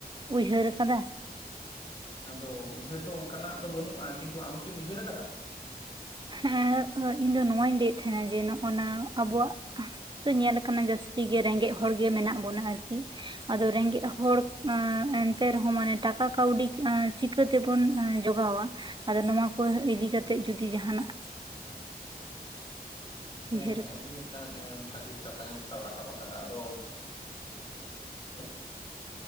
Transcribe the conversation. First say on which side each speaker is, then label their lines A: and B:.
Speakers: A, on the right; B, on the left.
A: ᱩᱭᱦᱟᱹᱨ ᱟᱠᱟᱫᱟ?
B: ᱟᱫᱚ ᱩᱭᱦᱟᱹᱨ ᱫᱚ ᱚᱱᱠᱟᱱᱟᱜ ᱫᱚ ᱵᱟᱱᱩᱜ-ᱟ᱾ ᱠᱤᱱᱛᱩ ᱟᱢ ᱠᱤᱢ ᱩᱭᱦᱟᱹᱨ ᱟᱠᱟᱫᱟ?
A: ᱦᱮᱸ ᱤᱧ ᱫᱚ ᱱᱚᱣᱟᱧ ᱞᱟᱹᱭᱮᱫ ᱛᱟᱦᱮᱸᱱᱟ ᱡᱮ ᱱᱚᱜ- ᱱᱟ ᱟᱵᱚᱣᱟᱜ, ᱛᱚ ᱧᱮᱞ ᱟᱠᱟᱱᱟ ᱡᱟᱹᱥᱛᱤ ᱜᱮ ᱨᱮᱸᱜᱮᱡ ᱦᱚᱲ ᱜᱮ ᱢᱮᱱᱟᱜ ᱵᱚᱱᱟ ᱟᱹᱨᱠᱤ᱾ ᱟᱫᱚ ᱨᱮᱸᱜᱮᱸᱡ ᱦᱚᱲ ᱚ ᱮᱱᱛᱮ ᱨᱮ ᱦᱚᱸ ᱢᱟᱱᱮ ᱴᱟᱠᱟ ᱠᱟᱹᱣᱰᱤ ᱮ ᱪᱤ ᱪᱤᱠᱟᱹ ᱛᱮᱵᱚᱱ ᱮ ᱡᱚᱜᱟᱣᱟ? ᱟᱫᱚ ᱱᱚᱣᱟ ᱠᱚ ᱤᱫᱤ ᱠᱟᱛᱮᱜ ᱡᱩᱫᱤ ᱡᱟᱦᱟᱱᱟᱜ
B: ᱦᱮᱸ
A: ᱩᱭᱦᱟᱹᱨ
B: ᱦᱮᱸ ᱟᱹᱰᱤ ᱢᱤᱫᱴᱟᱝ ᱵᱷᱟᱜᱤ ᱥᱟᱛᱟᱢ ᱮᱢ ᱥᱟᱵ ᱨᱟᱠᱟᱵ ᱟᱠᱟᱫᱟ᱾ ᱟᱫᱚ <inaudible>